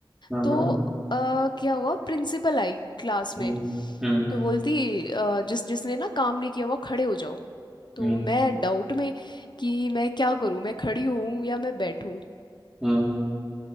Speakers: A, in the centre; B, on the left.
A: हम्म
B: तो
A: हम्म
B: अ, क्या हुआ प्रिंसिपल आई क्लास में
A: हम्म हम्म
B: तो बोलती अ, जिस जिसने ना काम नहीं किया हुआ खड़े हो जाओ तो
A: हम्म,
B: मैं डाउट में कि मैं क्या करूं मैं खड़ी हूं या मैं बैठूं
A: हम्म।